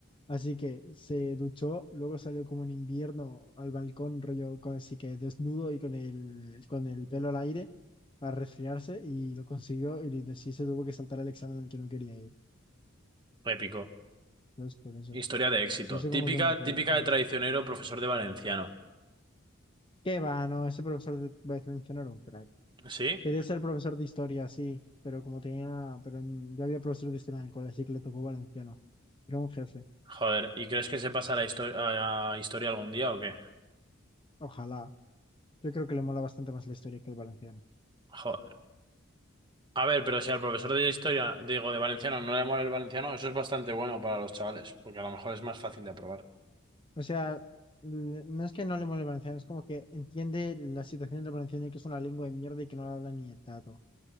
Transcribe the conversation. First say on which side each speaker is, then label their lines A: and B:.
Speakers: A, on the left; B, on the right.
A: Así que se duchó, luego salió como en invierno al balcón, rollo con- así que desnudo y con el, con el pelo al aire para resfriarse y lo consiguió y sí se tuvo que saltar el examen al que no quería ir.
B: Épico.
A: Entonces, por eso,
B: Historia de éxito.
A: por eso como
B: Típica,
A: que me acuerdo
B: típica
A: siempre.
B: de traicionero, profesor de valenciano.
A: Qué va, no, ese profesor de Westminster era un crack.
B: ¿Sí?
A: Quería ser profesor de historia, sí, pero como tenía, pero mm, ya había profesor de historia en el colegio, así que le tocó valenciano. Era un jefe.
B: Joder, ¿y crees que se pasará a, histo- a historia algún día o qué?
A: Ojalá. Yo creo que le mola bastante más la historia que el valenciano.
B: Joder. A ver, pero si al profesor de historia, digo, de valenciano, no le mola el valenciano, eso es bastante bueno para los chavales, porque a lo mejor es más fácil de aprobar.
A: O sea, mm, no es que no le mole el valenciano, es como que entiende la situación del valenciano y que es una lengua de mierda y que no la habla ni el tato.